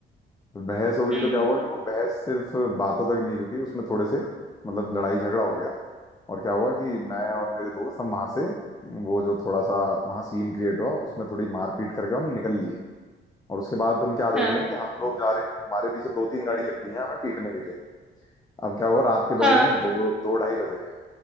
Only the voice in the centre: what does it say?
हम्म
हाँ
हाँ